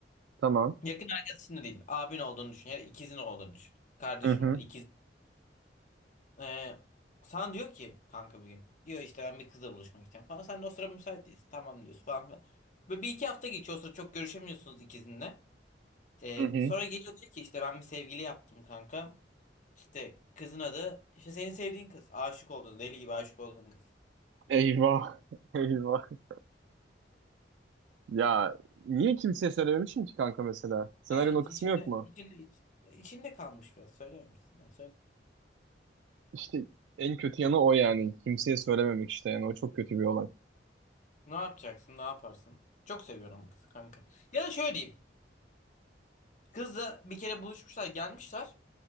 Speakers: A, on the right; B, on the left.
A: Tamam.
B: Yakın arkadaşın da değil. Abin olduğunu düşün. Ya da ikizin olduğunu düşün. Kardeşim
A: Hı hı.
B: var. ikiz. Ee, sana diyor ki kanka bir gün. Diyor işte ben bir kızla buluşmak istiyorum falan. Sen de o sıra müsait değilsin. Tamam diyorsun falan filan. Böyle bir iki hafta geçiyor. O sıra çok görüşemiyorsunuz ikizinle. Ee,
A: Hı hı.
B: sonra geliyor diyor ki işte ben bir sevgili yaptım kanka. İşte kızın adı işte senin sevdiğin kız. Aşık olduğun deli gibi aşık olduğun kız.
A: Eyvah. <laughs> Eyvah. Ya niye kimseye söylememişim ki kanka mesela? Senaryonun
B: Ya
A: o kısmı
B: içinde
A: yok mu?
B: içinde içinde kalmış biraz. Söylememişsin. Yani,
A: İşte en kötü yanı o yani. Kimseye söylememek işte yani. O çok kötü bir olay.
B: Ne yapacaksın? Ne yaparsın? Çok seviyorum kızı kanka. Ya da şöyle diyeyim. Kızla bir kere buluşmuşlar, gelmişler.